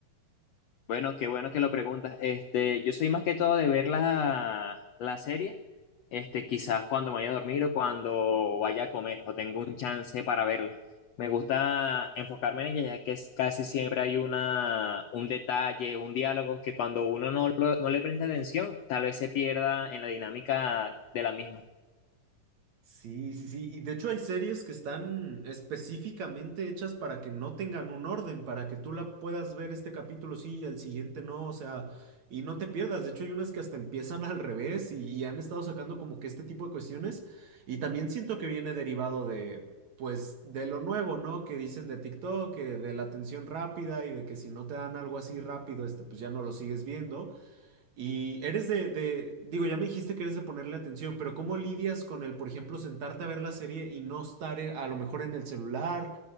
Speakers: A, on the left; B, on the right.
A: Bueno, qué bueno que lo preguntas. Este, yo soy más que todo de ver la, la serie, este, quizás cuando me vaya a dormir o cuando vaya a comer o tengo un chance para verla. Me gusta enfocarme en ella, ya que es- casi siempre hay una, un detalle, un diálogo que cuando uno no, lo- no le presta atención, tal vez se pierda en la dinámica de la misma.
B: Sí, sí, sí. Y de hecho hay series que están específicamente hechas para que no tengan un orden, para que tú la puedas ver este capítulo sí y el siguiente no, o sea, y no te pierdas. De hecho hay unas que hasta empiezan <laughs> al revés y, y han estado sacando como que este tipo de cuestiones. Y también siento que viene derivado de, pues, de lo nuevo, ¿no? Que dicen de TikTok, que de la atención rápida y de que si no te dan algo así rápido, este, pues ya no lo sigues viendo. Y eres de, de- digo, ya me dijiste que eres de ponerle atención, pero ¿cómo lidias con el, por ejemplo, sentarte a ver la serie y no estar eh, a lo mejor en el celular,